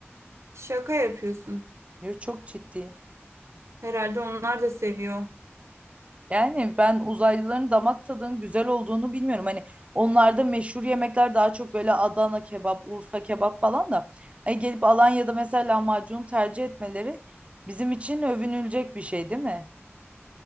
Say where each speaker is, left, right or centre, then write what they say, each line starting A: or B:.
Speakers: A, on the right; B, on the right.
A: Şaka yapıyorsun.
B: Diyor çok ciddi.
A: Herhalde onlar da seviyor.
B: Yani ben uzaylıların damak tadının güzel olduğunu bilmiyorum. Hani onlarda meşhur yemekler daha çok böyle Adana kebap, Urfa kebap falan da. Hani gelip Alanya'da mesela lahmacun tercih etmeleri bizim için övünülecek bir şey değil mi?